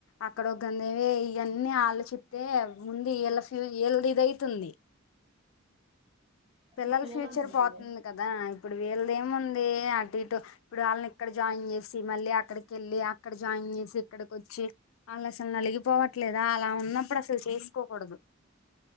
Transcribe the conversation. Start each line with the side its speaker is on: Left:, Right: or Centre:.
Left: అక్కడ ఒగన్నేవే అన్నీ ఆలోచితే ముందు ఏళ్ళ ఫ్యూ ఏయళ్ళ ఇదయితుంది
Right: అసలు
Left: పిల్లల
Right: పిల్లలు
Left: ఫ్యూచర్
Right: ఎంతమంది
Left: పోతుంది కదా ఇప్పుడు వీళ్లది ఏముంది అటు ఇటు ఇప్పుడు వాళ్ళని ఇక్కడ జాయిన్ చేసి మళ్ళీ అక్కడ్ కెళ్ళి అక్కడ జాయిన్ చేసి ఇక్కడికోచ్చి వాళ్ళు అసలు నలిగిపోవట్లేదా అలా ఉన్నప్పుడు అసలు చేసుకోకూడదు